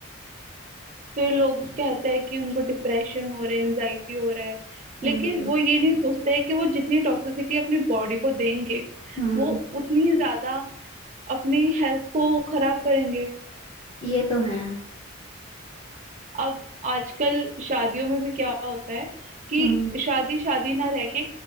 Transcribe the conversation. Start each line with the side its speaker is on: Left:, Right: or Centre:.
Right: फिर लोग कहते हैं कि उनको डिप्रेशन हो रहा है एनजाइटी हो रहा है
Left: हम्म
Right: लेकिन वो ये नहीं सोचते हैं कि वो जितनी टॉक्सिसिटी अपनी बॉडी को देंगे
Left: हम्म
Right: वो उतनी ही ज्यादा अपनी हेल्थ को खराब करेंगे
Left: ये तो है
Right: अब आजकल शादियों में भी क्या होता है कि
Left: हम्म
Right: शादी शादी ना रह के